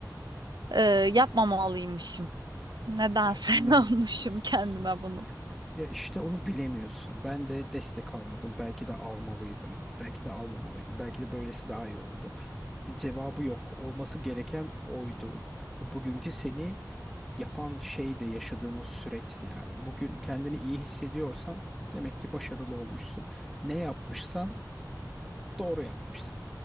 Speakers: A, on the right; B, in the centre.
A: Ee, yapmamalıymışım. Nedense
B: Gerçekten
A: <laughs> yapmışım
B: s-
A: kendime bunu.
B: ya işte onu bilemiyorsun. Ben de destek almadım. Belki de almalıydım. Belki de almamalıydım. Belki de böylesi daha iyi oldu. Bir cevabı yok. Olması gereken oydu. Bugünkü seni yapan şey de yaşadığın o süreçti yani. Bugün kendini iyi hissediyorsan demek ki başarılı olmuşsun. Ne yapmışsan doğru yapmışsın.